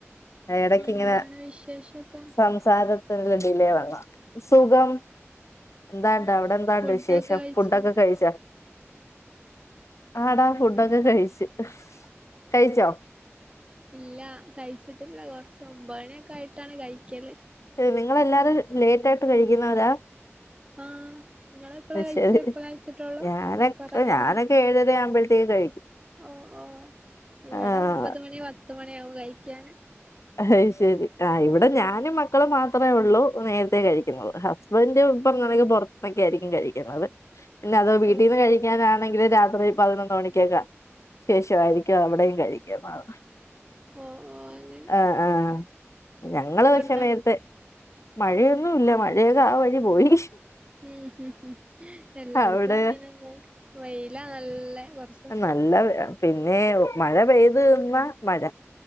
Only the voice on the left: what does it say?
എടക്കിങ്ങനെ
സംസാരത്തിൽ ഡിലേ വന്നാ സുഖം. എന്താണ്ട്
അവിടെന്താണ്ട്
വിശേഷം
ഫുഡൊക്കെ കഴിച്ച. ആടാ ഫുഡൊക്കെ കഴിച്ച് കഴിച്ചോ?
ഏഹ് നിങ്ങളെല്ലാരും ലേറ്റായിട്ട് കഴിക്ക്യുന്നവരാ?
ശരി
ഞാനൊക്കെ
ഞാനൊക്കെ ഏഴര ആവുമ്പോഴത്തേക്ക് കഴിക്കും
ആഹ്
അയ് ശരി ആ ഇവിടെ ഞാനും മക്കളും മാത്രേ ഉള്ളൂ നേരത്തെേ കഴിക്കുന്നത് ഹസ് - വന്റ് ഇപ്പന്നാണെങ്കി പൊർത്ത്ന്നൊക്കേയിരിക്കും കഴിക്ക്യുന്നത് പിന്നതോ വീട്ടീന്ന്
കഴി ക്ക്യാനാണെങ്കില് രാത്രി പതിനൊന്ന് മണിക്ക്യൊക്ക ശേഷവായിരിക്ക്യു അവിടെയും കഴിക്ക്യുന്നത്.
ആഹ് ആഹ് ഞങ്ങള് വഷെ
നേര്ത്തെ. മഴയൊന്നുല്ല മഴയൊക്കെ ആ വഴി പോയി.
അവിടെ
നല്ല വെ പിന്നേ മഴ പെയ്ത് നിന്നാ മഴ.